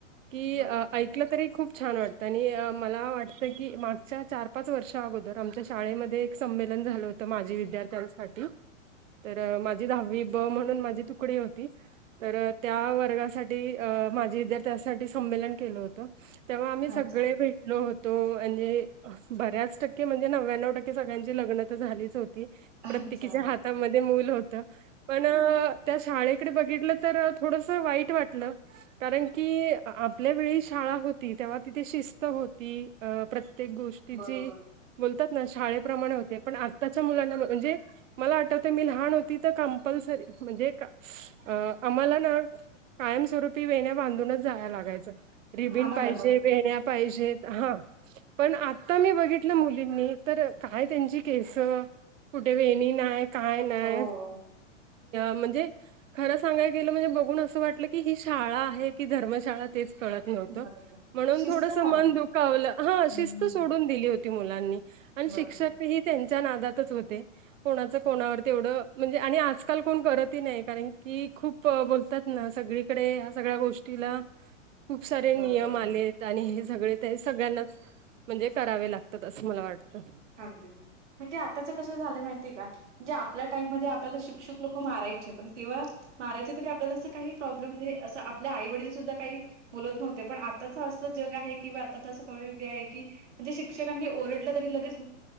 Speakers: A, on the right (about 85°); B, on the right (about 65°).
A: की,
B: बरोबर.
A: अं.. तरी खूप छान वाटतं आणि मला वाटतं की, मागच्या चार पाच वर्षा अगोदर आमच्या. शाळेमध्ये एक संमेलन झालं होतं. माझी विद्यार्थ्यांसाठी, तर माझी दहावी ब म्हणून माझी तुकडी होती. तर त्या वर्गासाठी माझी विद्यार्थ्यांसाठी संमेलन. केलो होतो. तेव्हा आम्ही सगळे
B: अच्छा,
A: भेटलो होतो, आणि बऱ्याच टक्के म्हणजे, नन्यानव टक्के सगळ्यांची लग्न तर झालीच होती.
B: अच्छा.
A: प्रत्येकीच्या हातामध्ये मूल होतं, पण त्या शाळेकडे बघितलं तर थोडंसं वाईट वाटलं. कारण की, आपल्या वेळी शाळा होती तेव्हा, तिथे शिस्त होती अ.. प्रत्येक गोष्टीची.
B: बरोबर.
A: बोलतात ना शाळेप्रमाणे होते. पण आत्ताच्या मुलांना म्हणजे, मला आठवतंय मी लहान होती. तर कंपल्सरी म्हणजे कां, अं.. आम्हाला ना, कायमस्वरूपी वेण्या बांधूनच जाया लागायचं. रिबीन
B: आम्हाला
A: पाहिजे,
B: पण.
A: वेण्या पाहिजेत हां.. पण आता मी बघितलं मुलींनी, तर काय त्यांची केस कुठे वेणी नाय. काय नाय
B: हो,
A: म्हणजे, खरं सांगाय गेलं म्हणजे बघून, असं वाटलं की ही शाळा आहे की धर्मशाळा. तेच कळत नव्हत
B: बरोबर.
A: म्हणून,
B: शिस्त
A: थोडंसं
B: नाही.
A: मन दुखावलं हा
B: हं.
A: शिस्त सोडून दिली होती. ती मुलांनी आणि
B: बरोबर,
A: शिक्षक हि त्यांच्या नादातच होते. कोणाच कोणावर तेवढं म्हणजे, आणि आजकाल कोण करतही नाही कारण की खूप. बोलतात ना सगळीकडे, या सगळ्या गोष्टीला खूप सारे
B: बरोबर.
A: नियम आलेत. आणि हे सगळे ते सगळ्यांनाच म्हणजे करावे लागतात, असं मला वाटतं.
B: अगदीच म्हणजे, आताच कसं झालं माहितीय कां. जे आपल्या टाइममध्ये आपल्याला शिक्षक लोकं मारायचे, पण तेव्हा मारायची तरी आपल्याला असं काही, प्रॉब्लेम नाही असं आपल्या आईवडील सुद्धा काही. बोलत नव्हते पण आताच असं, जग आहे की किंवा आताच असं कलयुग आहे की. म्हणजे शिक्षकांनी ओरडलं तरी लगेच,